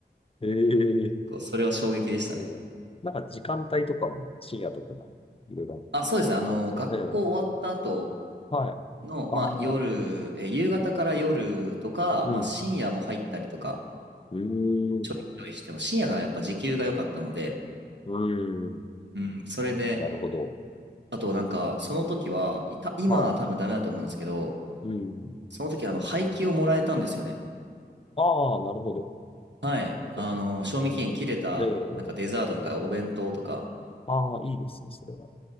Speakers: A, on the left; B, on the right.
A: ええ
B: こうそれは衝撃でしたね。
A: そう。なんか時間帯とかも深夜とかいろいろあっ
B: あ、そうですね。あの、
A: たんですが、
B: 学校終わった後、
A: ええ、はい。
B: の、まあ、
A: ああ、
B: 夜、えー夕方から夜とか、
A: うん、
B: まあ、深夜も入ったりとか、
A: うー
B: ちょいちょいしても、
A: ん、
B: 深夜がやっぱ時給が良かったので、
A: うーん、
B: うん、それで、
A: なるほど。
B: あとなんか、その時は、いた、今は多分ダメだと思うんですけど、
A: はい、うん。
B: その時あの、廃棄をもらえたんですよね。
A: ああ、なるほど。
B: はい。
A: そっかそっか。
B: あの、賞味期限切れた、
A: ええ、
B: なんかデザートとかお弁当とか、
A: ああ、いいですね、それは。